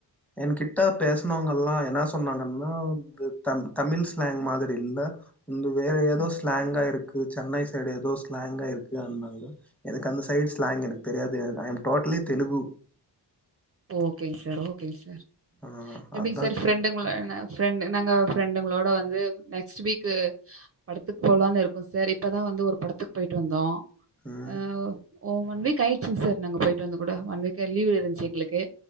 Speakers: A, in the centre; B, on the right.
A: என்கிட்டா பேசனவங்கல்லா என்னா ஆமாங்க அனா அது தம் தமிழ் ஸ்லாங் மாதிரி இல்ல வந்து வேற ஏதோ
B: ம்.
A: ஸ்லாங்கா இருக்கு சென்னை சைடு ஏதோ ஸ்லாங்கா இருக்கு அன்னாங்க எனக்கு அந்த சைடு ஸ்லாங் எனக்கு தெரியாது ஐம் டோட்டலி தெலுகு
B: ஓகேங் சார் ஓகேங் சார்
A: ஆ
B: எப்டி
A: அதா
B: சார்
A: கே
B: ஃப்ரெண்டுங்கள ஃப்ரெண்ட் நாங்க பிரெண்டுங்களோட வந்து நெக்ஸ்ட் வீக்கு படத்துக்கு போலானு இருக்கோ சார் இப்பதா வந்து ஒரு படத்துக்கு போய்ட்டு வந்தோ
A: ம்
B: ஆ ஓ ஒன் வீக் ஆயிடுச்சு சார் நாங்க போயிட்டு வந்து கூட ஒன் வீக் லீவ் இருந்துச்சு எங்களுக்கு